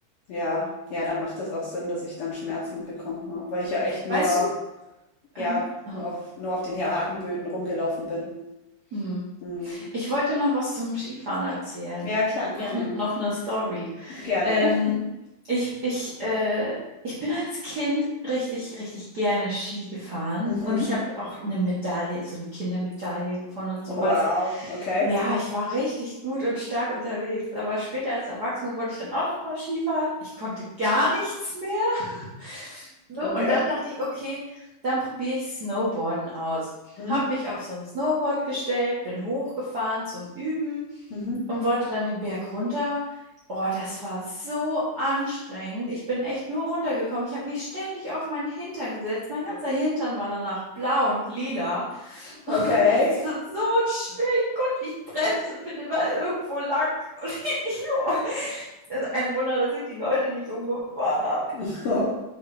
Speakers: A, on the left; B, on the right.
A: Ja, ja, dann macht das auch Sinn, dass ich dann Schmerzen bekommen habe, weil ich ja echt nur,
B: Weißt du,
A: ja,
B: ähm, oh,
A: nur auf, nur auf den harten Böden rumgelaufen bin.
B: hm.
A: Mhm.
B: Ich wollte noch was zum Skifahren erzählen.
A: Ja, klar, gerne.
B: Noch, noch eine Story.
A: Gerne.
B: Ähm, ich, ich, äh, ich bin als Kind richtig, richtig gerne Ski gefahren
A: Mhm.
B: und ich habe auch eine Medaille, so eine Kindermedaille gewonnen und sowas.
A: Wow, okay,
B: Ja, ich war richtig gut und stark unterwegs, aber später als Erwachsene wollte ich dann auch noch mal Ski fahren. Ich konnte gar nichts mehr. So,
A: okay.
B: und dann dachte ich, okay, dann probiere ich Snowboarden aus.
A: Mhm.
B: Hab mich auf so ein Snowboard gestellt, bin hochgefahren zum Üben
A: Mhm.
B: und wollte dann den Berg runter. Oh, das war so anstrengend. Ich bin echt nur runtergekommen. Ich habe mich ständig auf meinen Hintern gesetzt. Mein ganzer Hintern war danach blau und lila. <laughs>
A: Okay.
B: Oh, echt, das war so schwer. Ich konnte nicht bremsen, bin immer irgendwo lang. Und <laughs> ich, oh, das ist ein Wunder, dass ich die Leute nicht umgefahren habe.
A: <laughs> Oh,